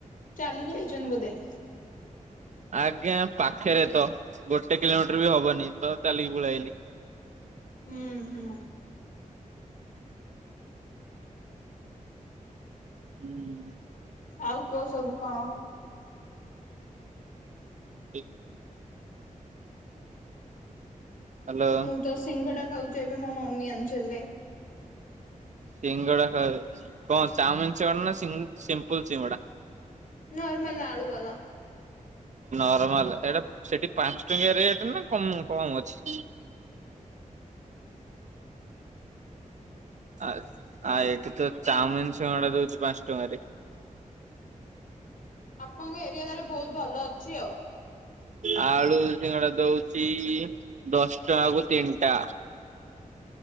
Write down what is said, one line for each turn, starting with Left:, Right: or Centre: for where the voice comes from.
Left: ଚାଲିକି ଯାଇଛନ୍ତି ବୋଧେ
Right: ଆଜ୍ଞା ପାଖରେ ତ ଗୋଟେ କିଲୋମିଟର ବି ହବନି ତ ଚାଲିକି ପଳେଆଇଲି।
Left: ହୁଁ ହୁଁ
Right: ହୁଁ
Left: ଆଉ କୁହ ସବୁ କଣ?
Right: ଠିକ ହ୍ୟାଲୋ।
Left: ମୁଁ ତ ସିଙ୍ଗଡା ଖାଉଛି ଏବେ ମୋ ମମି <unintelligible>
Right: ସିଙ୍ଗଡା ଖାଉ କଣ ଚାାଉମିନ ସିଙ୍ଗଡାନା ସିମ୍ପଲ ସିଙ୍ଗଡା
Left: ନର୍ମାଲ ଆଳୁ ବାଲା
Right: ନରମାଲ ଏଟା ସେଠି ପାଞ୍ଚ ଟଙ୍କିଆ ରେଟ ନା କ କମ ଅଛି। ଆ ଆ ଏଠି ତ ଚାଉମିନ ସିଙ୍ଗଡା ଦଉଛି ପାଞ୍ଚ ଟଙ୍କାରେ।
Left: ଆପଣଙ୍କ ଏରିଆ ତାହେଲେ ବହୁତ ଭଲ ଅଛି ଆଉ
Right: ଆଳୁ ସିଙ୍ଗଡା ଦଉଛିି ଦଶ ଟଙ୍କାକୁ ତିନିଟା।